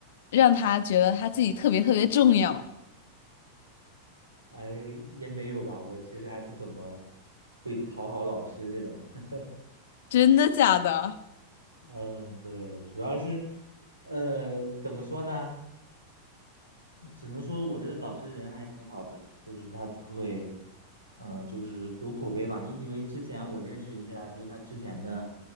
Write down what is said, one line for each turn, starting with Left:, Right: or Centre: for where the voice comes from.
Left: 让他觉得他自己特别特别重要，
Right: 哎，也没有吧，我其实还不怎么会讨好老师这种。<laughs>
Left: 真的假的？
Right: 嗯，对，主要是，呃，怎么说呢？只能说我这个导师人还挺好的，就是他不会，嗯、就是有口碑吧。因为之前我认识一下，就是他之前的，